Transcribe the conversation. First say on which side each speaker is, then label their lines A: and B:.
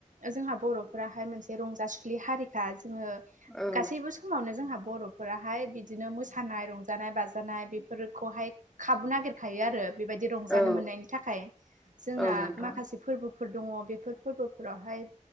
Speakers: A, on the right; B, in the centre.
A: जोंहा बर'फोराहाय मोनसे रंजासुुलि हारिखा जोङो।
B: औ
A: गासैबो समावनो जोंहा बर'फोराहाय बिदिनो मोसानाय रंजानाय बाजानाय बेफोरखौहाय खाबु नागिरखायो आरो बेबायदि रंजानो
B: औ
A: मोननायनि थाखाय जोंना
B: औ नोंथां
A: माखासे फोरबोफोर दङ बेफोर फोरबोफोरावहाय